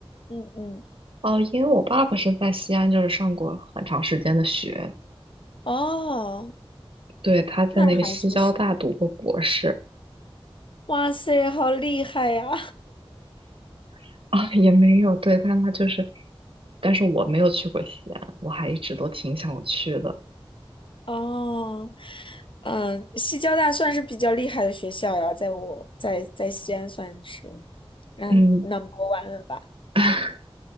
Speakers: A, on the left (about 60°); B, on the right (about 65°).
A: 嗯嗯，
B: 哦，因为我爸爸是在西安，就是上过很长时间的学，
A: 哦，
B: 对，他在那个西交大读过博士。
A: 那还确实。哇塞，好厉害呀！
B: <laughs> 啊，也没有，对，但他就是，但是我没有去过西安，我还一直都挺想去的。
A: <laughs> 哦，嗯，西交大算是比较厉害的学校呀，在我在在西安算是，嗯，number
B: 嗯，
A: one 了吧？
B: <laughs>